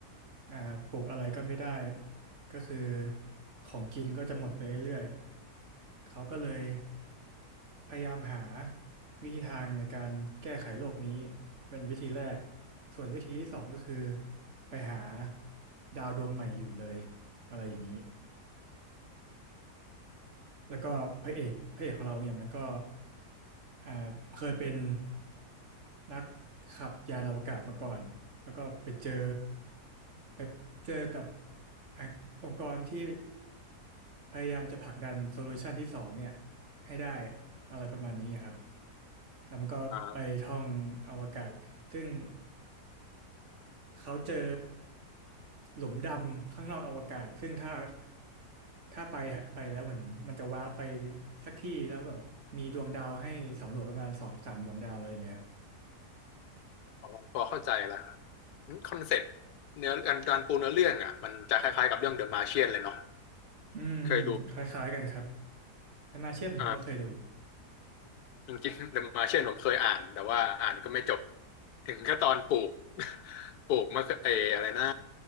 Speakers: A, on the right; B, on the left.
A: อ่าปลูกอะไรก็ไม่ได้ก็คือของกินก็จะหมดไปเรื่อยๆเขาก็เลยพยายามหาวิธีทางในการแก้ไขโลกนี้เป็นวิธีแรกส่วนวิธีที่สองก็คือไปหาดาวดวงใหม่อยู่เลยอะไรอย่างนี้ แล้วก็พระเอกพระเอกของเราเนี่ยมันก็อ่าเคยเป็นนักขับยานอวกาศมาก่อนแล้วก็ไปเจอไปเจอกับอ่ะองค์กรที่พยายามจะผลักดันโซลูชันที่สองเนี่ยให้ได้อะไรประมาณนี้ครับแล้วมันก็ไปท่องอวกาศซึ่ง
B: อ่า
A: เขาเจอหลุมดำข้างนอกอวกาศซึ่งถ้าถ้าไปไปแล้วเหมือนมันจะว้าร์ปไปสักที่แล้วแบบมีดวงดาวให้สำรวจประมาณสองสามดวงดาวอะไรอย่างเงี้ยครับ
B: พอพอเข้าใจแล้วครับคอนเซ็ปต์เนื้อการการปูเนื้อเรื่องอ่ะมันจะคล้ายๆกับเรื่องเดอะมา t i เชียนเลยเนาะ
A: อืม
B: เคยดู
A: คล้ายๆกันครับแตมาเชียผมก็เคยดูอยู่
B: อ่าจริงๆเดอะมาร์เชียนผมเคยอ่านแต่ว่าอ่านก็ไม่จบถึงแค่ตอนปลูก <laughs> ปลูกมะเขือเอออะไรนะ